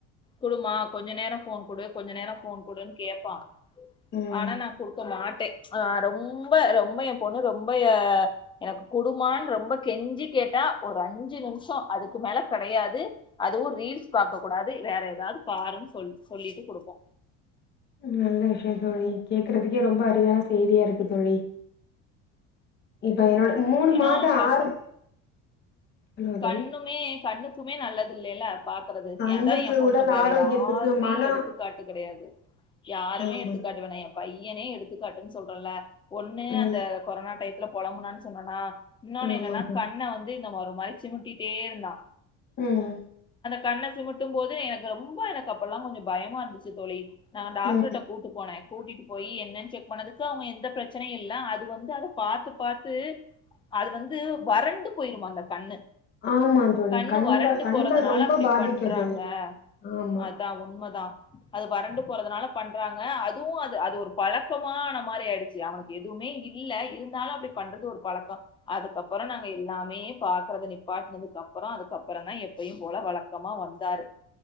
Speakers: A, on the left; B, on the left.
A: குடுமா கொஞ்ச நேரோ ஃபோன் குடு கொஞ்ச நேரோ ஃபோன் குடுன்னு கேப்பா
B: ம்
A: ஆனா நா குடுக்க மாட்டே ஆ ரொம்ப ரொம்ப ஏ பொண்ணு ரொம்ப ஆ எனக்கு குடுமான்னு ரொம்ப கெஞ்சி கேட்டா ஒரு அஞ்சு நிமிஷோ அதுக்கு மேல கெடையாது அதுவு ரீல்ஸ் பாக்க கூடாது வேற எதாவது பாருன்னு சொல் சொல்லிட்டு குடுப்போ
B: நல்ல விஷயோ தோழி கேக்குறதுக்கே ரொம்ப அரிதான செய்தியா இருக்கு தோழி இப்ப என்னோட மூணு
A: ஏன்னா
B: மாத
A: பசங்க
B: ஆறு சொல்லுங்க
A: கண்ணுமே
B: தோழி
A: கண்ணுக்குமே நல்லது இல்லல்ல பாக்குறது
B: கண்ணுக்கு
A: ஏ அதா ஏ பொண்ணு
B: உடல்
A: வேற
B: ஆரோக்கியத்துக்கு
A: யாருமே
B: மன
A: எடுத்துக்காட்டு கெடையாது யாருமே
B: ஆமா
A: எடுத்துக்காட்டு வேணா ஏ பையனே எடுத்துக்காட்டுன்னு சொல்றேல ஒன்னு
B: ம்
A: அந்த கொரோனா டையத்துல போலமுனான்னு சொன்னேனா இன்னொன்னு
B: ஆமா
A: என்னன்னா
B: தோழி.
A: கண்ண வந்து இந்த மா ஒரு மாரி சிமிட்டிட்டே இருந்தா
B: ம்
A: கண்ண சிமிட்டும் போது எனக்கு ரொம்ப எனக்கு அப்பெல்லா கொஞ்சோ பயமா இருந்துச்சு தோழி நா டாக்டர்ட்ட
B: ம்
A: கூட்டு போனே கூட்டிட்டு போய் என்னன்னு செக் பண்ணதுக்கு அவங்க எந்த பிரச்சனையு இல்ல அது வந்து அத பாத்து பாத்து அது வந்து வறண்டு போயிரும அந்த கண்ணு
B: ஆமா தோழி
A: கண்ணு
B: கண்கள்
A: வறண்டு
B: கண்கள்
A: போறதுனால
B: ரொம்ப
A: அப்டி
B: பாதிக்கும்
A: பண்றாங்க
B: தோழி ஆமா
A: அதா உண்மதா அது வறண்டு போறதுனால பண்றாங்க அதுவு அது அது ஒரு பழக்கமான மாரி ஆயிடுச்சு அவனுக் எதுவுமே இல்ல இருந்தாலு அபடி பண்றது ஒரு பழக்கோ அதுக்கப்றோ நாங்க எல்லாமே பாக்குறது நிப் நிப்பாட்டனதுக்கு அப்றோ அதுக்கப்றோ தா எப்பையு போல வழக்கமா வந்தாரு